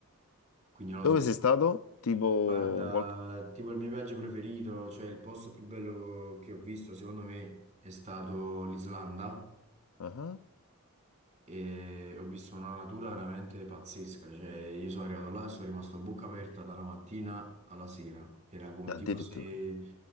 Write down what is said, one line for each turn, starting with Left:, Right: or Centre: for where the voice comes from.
Right: Quindi non lo
Left: Dove
Right: so.
Left: sei stato? Tipo
Right: Guarda,
Left: qualche...
Right: tipo il mio viaggio preferito, cioè il posto più bello che ho visto, secondo me, è stato l'Islanda
Left: Ah,
Right: e ho visto una natura veramente pazzesca, cioè io sono arrivato là e sono rimasto a bocca aperta dalla mattina alla sera, era come
Left: addirittura.
Right: tipo se